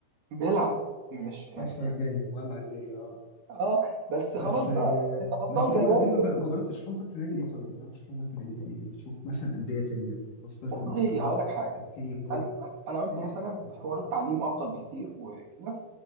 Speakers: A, on the right (about 75°); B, on the left (about 80°).
A: بيلعب مش يعني
B: كسر
A: إيه
B: الدنيا ولع الدنيا اه
A: اه بس
B: بس
A: خلاص بقى
B: آه،
A: انت بطلت
B: بس ليه
A: يا
B: ما
A: ماسك
B: ليه ما جر- ما جربتش حظك في نادي ليه طيب؟ ما جربتش حظك في نادي تاني ليه؟ شوف مثلا أندية تانية يعني خلاص غزل
A: والله
B: المحلة
A: هقول لك حاجة
B: اوكي هو
A: انا
B: بي-
A: انا قلت
B: <clears throat>
A: مثلا
B: هو
A: حوار
B: حلو.
A: التعليم افضل بكتير وكده